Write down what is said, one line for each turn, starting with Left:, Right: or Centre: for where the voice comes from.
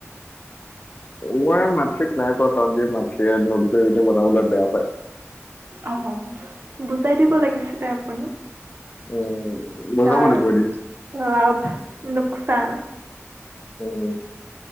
Left: মই মাতৃক নাই কোৱা কাৰণ যে, মাতৃয়ে <unintelligible> বনাবলৈ বেয়া পায়।
Right: অহ। বুজাই দিব লাগিছিলে আপুনি।
Left: উম বুজাব
Right: তাৰ
Left: লাগিব এদিন
Right: লাভ, লোকচান।
Left: উম,